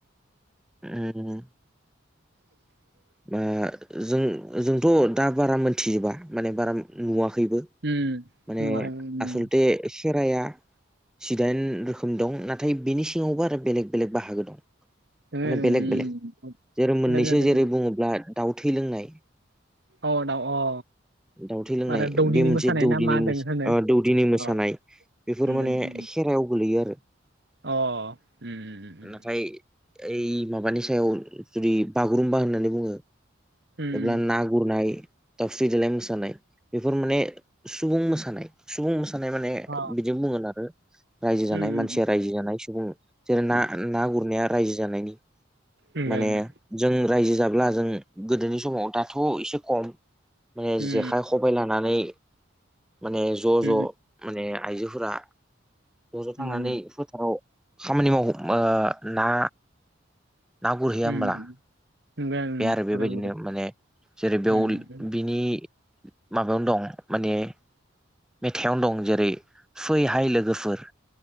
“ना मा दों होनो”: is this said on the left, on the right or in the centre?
Right